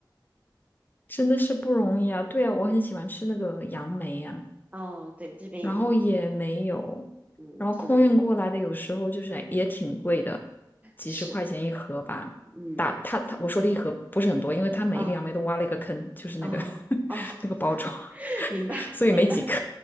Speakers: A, on the left; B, on the right.
A: 真的是不容易啊。对啊，我很喜欢吃那个杨梅呀、
B: 哦，对，这边也，
A: 然后也没有，
B: 嗯，
A: 然后空运过来的有时候就是也挺贵的，
B: 只能
A: 几十块钱一盒吧。
B: 吃。嗯，
A: 打他他我说的一盒不是很多，因为他每一个杨梅都挖了一个坑，
B: 啊、
A: 就是那个
B: 哦，哦，哦，
A: <laughs> 那个包装，
B: <laughs> 明白，
A: <laughs> 所以没几颗。
B: 明白，